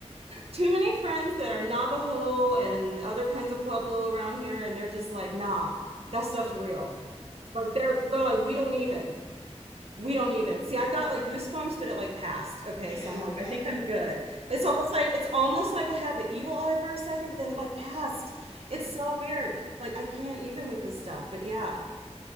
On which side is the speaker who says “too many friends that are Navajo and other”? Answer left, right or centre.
Right